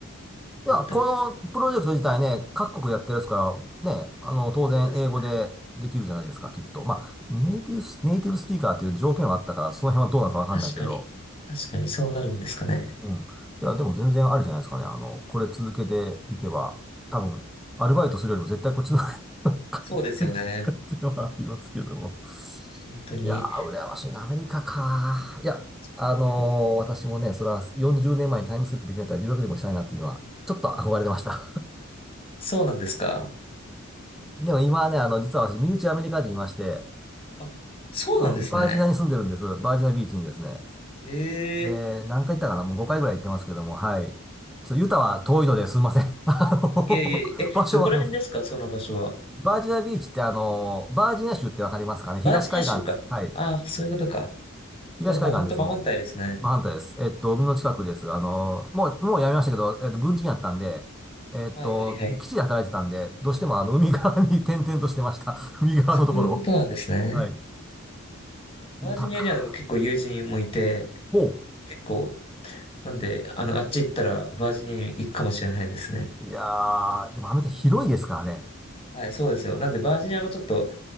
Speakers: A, on the left; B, in the centre.
A: 思ったりとか。
B: いや、このプロジェクト自体ね、各国でやってるやつから、ね、あの、当然英語でできるじゃないですか、
A: そうですよね。
B: きっと。まあ、ネイティブス、ネイティブスピーカーっていう条件はあったから、その辺はどうなのかわかんないけど、
A: 確かに。確かに、そうなるんですかね。
B: うん。いや、でも全然あるじゃないですかね。あの、これ続けていけば、多分、アルバイトするよりも絶対こっちの方が <laughs> っていうのはありますけども。
A: そうですよね。本当に。
B: いやー、羨ましいな、アメリカか。いや、
A: そうなんですよ
B: あのー私もね、それは40年前にタイムスリップできるんだったら留学でもしたいなっていうのは、ちょっと憧れてました。
A: そうなんですか。
B: <laughs> でも今はね、あの、実は私、身内アメリカ人いまして、
A: あ、そうなんですね。
B: うん、バージニアに住んでるんです。バージニアビーチにですね。
A: ええ
B: で、何回行ったかなもう5回ぐらい行ってますけども、はい。ちょっとユタは遠いのですいません。<laughs> あの、
A: いえいえいえ、え、
B: 場所わかります。
A: どこら辺ですかその場所は。
B: バージニアビーチってあの、バージニア州ってわかりますかね東海岸です。
A: バージニア州か。
B: はい。
A: ああ、そういうことか。
B: 東海岸です、
A: じゃあもうほんと真反対ですね。
B: もう。真反対です。えっと、海の近くです。あの、もう、もうやめましたけど、えっと、軍人やったんで、えっと、
A: はいはいはい。
B: 基地で働いてたんで、どうしてもあの、海側に <laughs> 転々としてました。<laughs> 海側のところを。
A: そういうことなんですね。
B: はい。
A: バージニアにはでも結構友人もいて、
B: ユタか。ほ
A: 結構、なんで、あの、あっち行ったらバージニアに行くかもしれないですね。
B: う。いやー、でもアメリカ広いですからね。
A: はい、そうですよ。なんでバージニアもちょっと、